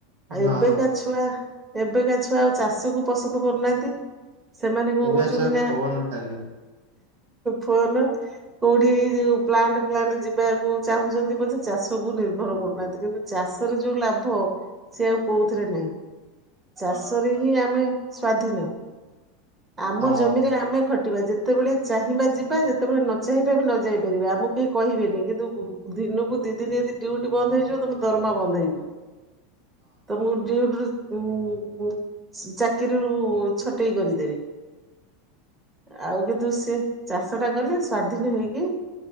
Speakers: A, on the right; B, on the right.
A: ଆଉ
B: ହଁ
A: ଏବେକା ଛୁଆ ଏବେକା ଛୁଆ ଆଉ ଚାଷକୁ ପସନ୍ଦ କରୁନାହାନ୍ତି। ସେମାନେ କଣ
B: ଏବେ
A: କରୁଛନ୍ତି
B: ସେ
A: ନା
B: ଫୋନ ଖାଲି।
A: ଫୋନ କୋଉଠି ଏଇ ଯୋଉ ପ୍ଲାଣ୍ଟ ପ୍ଲାଣ୍ଟ ଯିବାକୁ ଚାହୁଁଛନ୍ତି ପଛେ, ଚାଷକୁୁ ନିର୍ଭର କରୁନାହାନ୍ତି। କିନ୍ତୁ ଚାଷରେ ଯୋଉ ଲାଭ ସେ ଆଉ କୋଉଥିରେ ନାହିଁ। ଚାଷରେ
B: ହଁ
A: ହିଁ ଆମେ ସ୍ଵାଧୀନ। ଆମ
B: ହଁ।
A: ଜମିରେ ଆମେ ଖ ଯେତେବେଳେ ଚାହିଁବା ଯିବା ଯେତେବେଳେ ନ ଚାହିଁବା ବି ନ ଯାଇପାରିବା। ଆମକୁ କେହି କହିବେନି। କିନ୍ତୁ ଦିନକୁ ଦି ଦିନ ଯଦି ଡ୍ୟୁଟି ବନ୍ଦ ହେଇଯିବ ତମ ଦରମା ବନ୍ଦ ହେଇଯିବ। ତମକୁ ଡ୍ୟୁଟି ରୁ <unintelligible> ଚାକିରି ରୁ ଛଟେଇ କରିଦେବେ।
B: <inaudible>
A: ଆଉ କିନ୍ତୁ ସେ ଚାଷ ଟା କଲେ ସ୍ଵାଧୀନ ହେଇକି